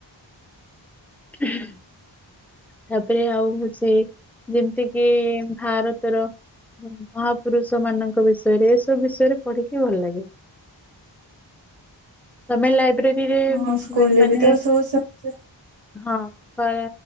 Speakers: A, in the centre; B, on the right.
A: ହୁଁ। ତାପରେ ଆଉ ହଉଚି ଯେମିତି କିି ଭାରତର ଅ ମହାପୁରୁଷ ମାନଙ୍କ ବିଷୟରେ ଏସବୁ ବିଷୟରେ ପଢିକି ଭଲ ଲାଗେ। ତମେ ଲାଇବ୍ରେରୀରେ
B: ହଁ
A: ମ
B: ସ୍କୁଲରେ
A: ମାନେ
B: ବି ତ ସବୁ ସେମିତି
A: ହଁ କ